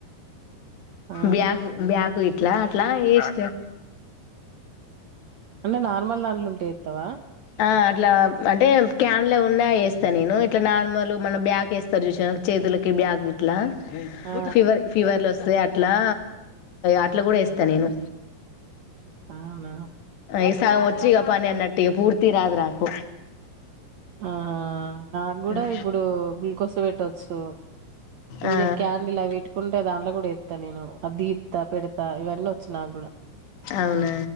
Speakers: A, on the right; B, on the left.
A: ఆ
B: బ్యాకు బ్యాకుయి ఇట్లా అట్లా ఎస్
A: అంటే నార్మల్ దాంట్ల ఉంటే ఎత్తవ
B: ఆ అట్లా అంటే క్యాన్లు ఏ ఉన్నా ఏస్త నేను ఇట్లా నార్మల్ మనం బ్యాక్ వేస్తారు చూసినవా చేతులకి బ్యాక్ ఇట్ల
A: ఆ
B: ఫీవర్ ఫీవర్ లో వస్త్ సో అట్లా అట్ల కూడా వేస్తా నేను
A: అవునా
B: ఈ సగం వచ్చి పని అన్నట్టు ఇగ పూర్త్ ర్తి రాదు నాకు
A: ఆహా నాకు కూడా
B: హ్మ్.
A: ఇప్పుడు గ్లూకోస్ పెట్టవచ్చు ఇంజ్
B: ఆ
A: క్యాండీల్ అవి పెట్టుకుంటే దాంట్ల కూడా ఎత్త నేను అ దీత్త పెడతా ఇవన్నీ వచ్చు నాకు కూడా
B: అవునా